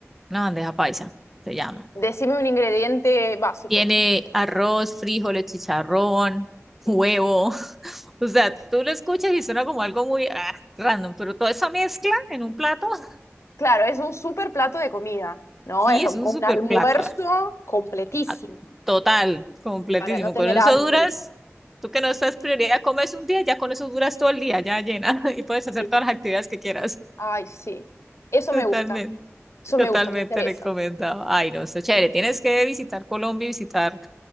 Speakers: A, in the centre; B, on the left.
A: una bandeja paisa se llama.
B: Decime un ingrediente básico.
A: Tiene arroz, frijoles, chicharrón,
B: Sí.
A: huevo. <laughs> O sea, tú lo escuchas y suena como algo muy ah, random, pero toda esa mezcla en un plato, <laughs>
B: Claro, es un super plato de comida, ¿no?
A: sí,
B: Es un
A: es un super
B: almuerzo
A: plato. ah,
B: completísimo
A: ah, Total, completísimo.
B: para no tener
A: Con eso
B: hambre.
A: duras, tú que no estás prioridad, comes un día, ya con eso duras todo el día, ya llena, <laughs> y puedes hacer
B: Y-
A: todas las actividades que quieras.
B: Ay, sí. Eso
A: Totalmente,
B: me gusta. Eso
A: totalmente
B: me gusta, me interesa.
A: recomendado. Ay, no, está chévere. Tienes que visitar Colombia y visitar.